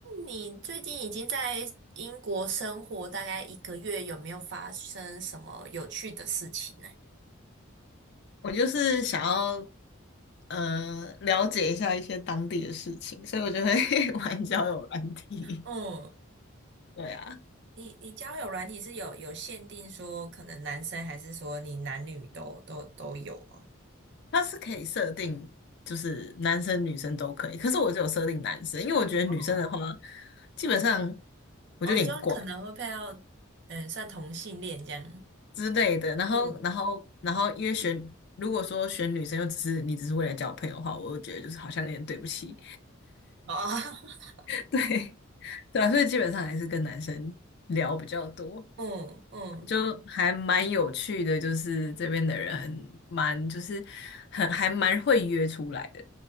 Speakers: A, on the right (about 55°); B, on the left (about 50°).
A: 你最近已经在英国生活大概一个月，有没有发生什么有趣的事情呢？
B: 我就是想要呃了解一下一些当地的事情，所以我就会 <laughs> 玩交友软体。
A: 嗯，
B: 对啊，
A: 你你交友软体是有有限定说可能男生还是说你男女都都都有啊？
B: 它是可以设定，就是男生女生都可以，可是我只有设定男生，因为我觉得女生的话，
A: 哦，
B: 基本上我就有点怪
A: 哦，你说可能会配到，嗯，算同性恋这样。
B: 之类的。然后，
A: 嗯，
B: 然后，然后，因为选如果说选女生又只是你只是为了交朋友的话，我就觉得就是好像有点对不起，
A: 哦，<laughs>
B: <laughs> 对对啊，所以基本上还是跟男生聊比较多。
A: 嗯嗯，
B: 就还蛮有趣的，就是这边的人蛮就是很还蛮会约出来的，